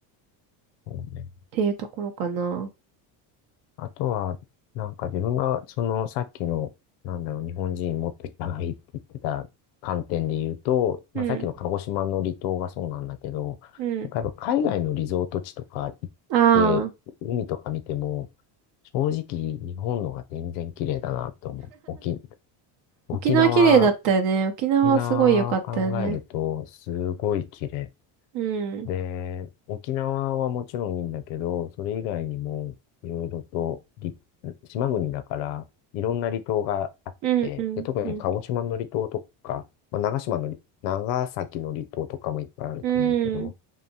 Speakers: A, on the left; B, on the right.
A: そうね。
B: ていうところかな。
A: あとは、なんか自分が、その、さっきの、なんだろう、日本人もっといっぱいって言ってた観点で言うと、
B: うん。
A: まあさっきの鹿児島の離島がそうなんだけど、
B: うん。
A: なんかやっぱ海外のリゾート地とか行って、
B: ああ、
A: 海とか見ても、正直日本のが全然綺麗だなと思う。沖、沖縄
B: 沖縄綺麗だったよね。沖縄すごい良かったよね。
A: 沖縄を考えると、すごい綺麗。
B: うん。
A: で、沖縄はもちろんいいんだけど、それ以外にも、いろいろとり、島国だから、いろんな離島があって、
B: うん、うん、
A: で、特に鹿児島の離島とか、
B: うん。
A: まあ、長島の離、長崎の離島とかもいっぱいあると思うけど、
B: うん。